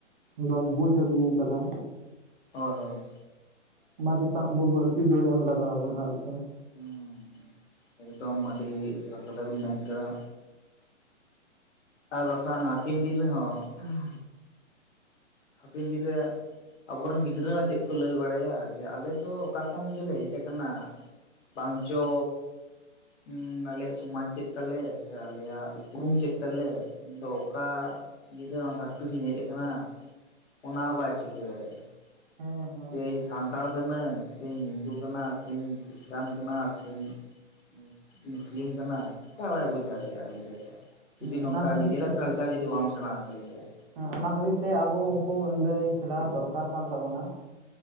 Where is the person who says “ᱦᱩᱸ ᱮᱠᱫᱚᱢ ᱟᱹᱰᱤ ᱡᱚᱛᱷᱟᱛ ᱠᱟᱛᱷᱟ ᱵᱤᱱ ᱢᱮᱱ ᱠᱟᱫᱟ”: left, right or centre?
Left